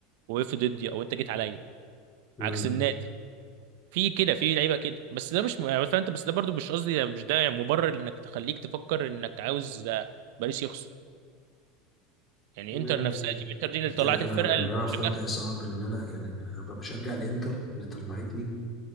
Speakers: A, on the right; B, on the left.
A: وقفت ضدي او انت جيت عليا
B: مم.
A: عكس النادي في كده في لعيبه كده بس ده مش م- فانت بس ده برضو مش قصدي مش ده مبرر انك تخليك تفكر انك عاوز آه، باريس يخسر يعني
B: ما
A: انتر نفسها
B: يعني
A: تيم انتر دي اللي
B: انت
A: طلعت
B: انا
A: الفرقه
B: أنا-
A: اللي
B: يعني
A: بتشجع
B: انا في وضع صعب لان انا يعني ابقى بشجع الانتر اللي طلعتني